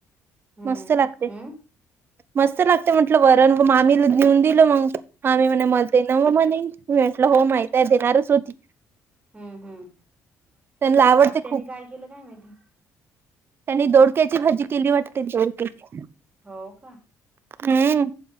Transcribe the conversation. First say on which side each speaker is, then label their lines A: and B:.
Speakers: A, on the right; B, on the right.
A: हम्म
B: मस्त लागते
A: हम्म
B: मस्त लागते म्हंटलं वरण मामीला लेऊन दिलं मग हा म्ही म्हणे मत ना मग मणे म्हटलं हो माहती आहे देणारच होती.
A: हम्म हम्म
B: त्यांना आवडते
A: आत्यानी
B: खूप
A: काय केलं काय माहिती.
B: त्यांनी दोडक्याची भाजी केली वाटते दोडक्याची.
A: हो का.
B: हम्म